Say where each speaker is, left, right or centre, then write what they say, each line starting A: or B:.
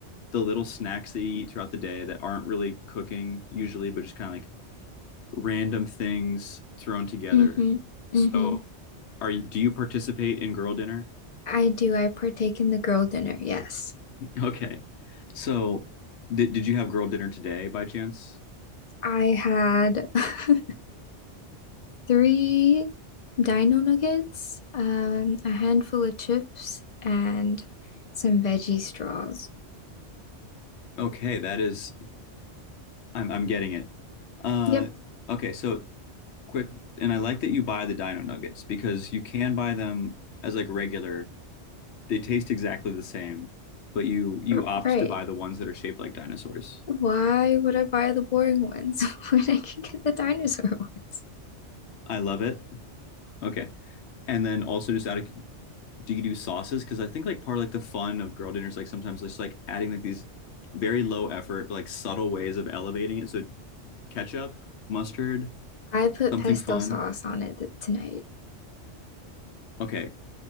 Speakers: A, on the left; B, on the left.
A: the little snacks that you eat throughout the day that aren't really cooking usually, but just kind of like random things thrown together.
B: Mm-hmm.
A: So.
B: Mm-hmm.
A: Are you, do you participate in girl dinner?
B: I do. I partake in the girl dinner. Yes.
A: Okay. So, did did you have girl dinner today by chance?
B: I had <laughs> three dino nuggets, um, a handful of chips, and some veggie straws.
A: Okay, that is I'm I'm getting it. Uh
B: Yep,
A: okay, so quick and I like that you buy the dino nuggets because you can buy them as like regular. They taste exactly the same, but you you
B: r-
A: opt
B: right.
A: to buy the ones that are shaped like dinosaurs.
B: Why would I buy the boring ones <laughs> when I can get the dinosaur <laughs> ones?
A: I love it. Okay. And then also just out of do you do sauces? Because I think like part of like the fun of girl dinners like sometimes just like adding like these very low effort but like subtle ways of elevating it. So ketchup, mustard,
B: I put
A: something
B: pesto
A: fun.
B: sauce on it th- tonight.
A: Okay,